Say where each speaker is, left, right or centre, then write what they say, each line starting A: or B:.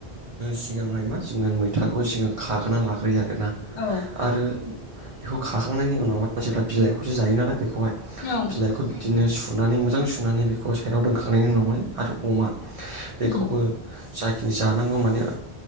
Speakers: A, on the right (about 40°); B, on the left (about 40°).
A: सिगांहाय मा जोो मैथाखौ सिगां खागोनानै लाग्रोयो आरोना
B: औ
A: आरो बेखौ खाखांनायनि उनावहाय जेब्ला बिलाइखौसो जायो नालाय बेखौहाय
B: औ
A: बिलाइखौ बिदिनो सुनानै मोजां सुनानै बेखौ साइडाव दोनखांनायनि उनावहाय आरो अमा बेखौबो
B: उम
A: जाखिनि जानांगौ माने